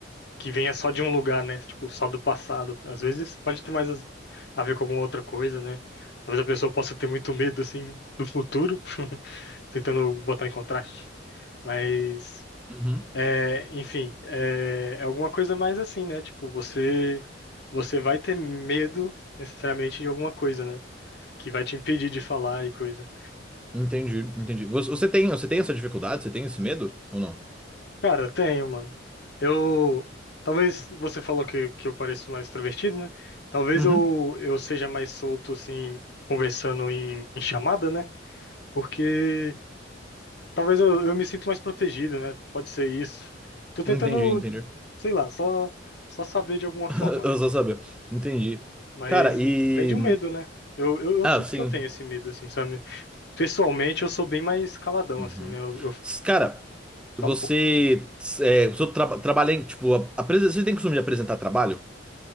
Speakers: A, on the left; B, in the centre.
A: que venha só de um lugar, né? Tipo, só do passado. Às vezes pode ter mais a ver com alguma outra coisa, né? Talvez a pessoa possa ter muito medo, assim, do futuro, <laughs> tentando botar em contraste. Mas.
B: Uhum.
A: É, enfim, é, é alguma coisa mais assim, né? Tipo, você você vai ter medo necessariamente de alguma coisa, né? Que vai te impedir de falar e coisa.
B: Entendi, entendi. Você você tem, você tem essa dificuldade? Você tem esse medo ou não?
A: Cara, tenho, mano. Eu talvez você falou que, que eu pareço mais extrovertido, né? Talvez
B: Uhum.
A: eu, eu seja mais solto assim conversando em, em chamada, né? Porque talvez eu, eu me sinto mais protegido, né? Pode ser isso. Tô tentando,
B: Entendi, entendi.
A: sei lá, só só saber de alguma
B: <laughs>
A: forma, né?
B: Eu só sabia. Entendi.
A: Mas
B: Cara, e.
A: vem de um medo, né? Eu, eu, eu
B: Ah,
A: sinto
B: sim.
A: que eu tenho esse medo, assim, sabe? Pessoalmente, eu sou bem mais caladão,
B: Uhum.
A: assim, né? Eu, eu
B: S- Cara,
A: falo,
B: você.
A: pô,
B: É, você tra- trabalha em. Tipo, a- apres- você tem costume de apresentar trabalho?